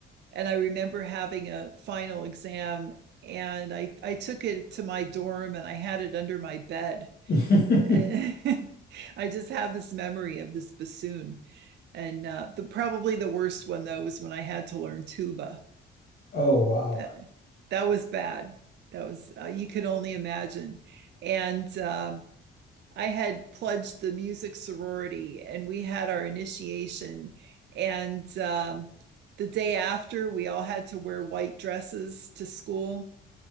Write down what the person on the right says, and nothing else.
and I remember having a final exam. And I, I took it to my dorm and I had it under my bed.
And <laughs> I just have this memory of this bassoon. And uh, the probably the worst one though was when I had to learn tuba.
That that was bad. That was uh, you could only imagine. And um, I had pledged the music sorority and we had our initiation. And um, the day after, we all had to wear white dresses to school.